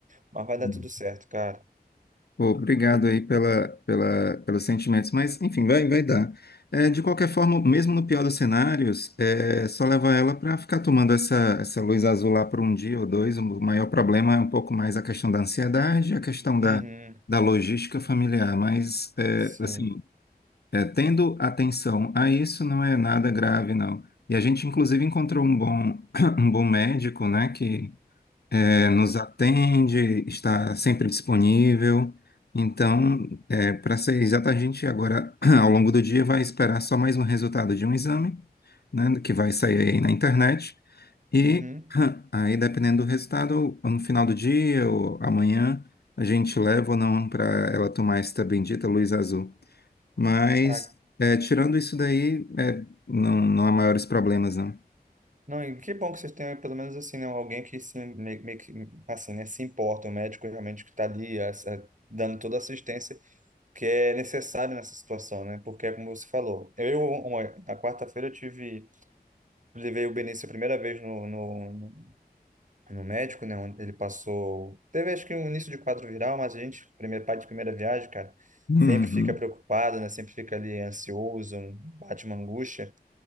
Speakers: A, on the right (about 50°); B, on the left (about 80°).
A: Mas vai dar
B: uhum.
A: tudo certo, cara.
B: Pô, obrigado
A: E-
B: aí pela, pela, pelos sentimentos, mas enfim, vai, vai dar. É, de qualquer forma, mesmo no pior dos cenários, é, só leva ela para ficar tomando essa, essa luz azul lá por um dia ou dois. O maior problema é um pouco mais a questão da ansiedade, a questão
A: Uhum,
B: da, da logística familiar, mas é,
A: sim.
B: assim, é, tendo atenção a isso não é nada grave, não. E a gente, inclusive, encontrou um bom, <coughs> <clears throat> um bom médico, né, que é, nos atende, está sempre disponível. Então, é, para ser exato, a gente agora, <clears throat> ao longo do dia, vai esperar só mais um resultado de um exame, né, que vai sair aí na internet. E
A: Uhum.
B: <clears throat> aí, dependendo do resultado, ou no final do dia ou amanhã, a gente leva ou não para ela tomar esta bendita luz azul. Mas,
A: Ah,
B: é, tirando isso daí, é, não, não há maiores problemas, não.
A: não, e que bom que vocês tenham pelo menos assim, né, alguém que se meio, meio que assim, né, se importa, um médico realmente que está ali essa- dando toda a assistência que é necessária nessa situação, né? Porque é como você falou. Eu, uma- na quarta-feira eu tive, levei o Benício a primeira vez no, no, no médico, né? onde Ele passou. Teve acho que um início de quadro viral, mas a gente, primeiro pai de primeira viagem, cara,
B: Uhum.
A: sempre fica preocupado, né? Sempre fica ali ansioso, um- bate uma angústia.